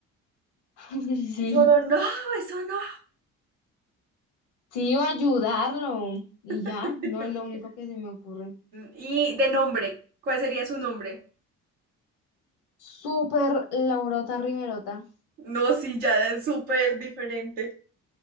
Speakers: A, on the left; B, on the right.
A: <laughs> Sí.
B: Solo no, eso no.
A: Sí, o ayudarlo. Y ya,
B: <laughs>
A: no es lo único que se me ocurre.
B: Y de nombre, ¿cuál sería su nombre?
A: Súper Laurota Riverota.
B: No, sí, ya es súper diferente.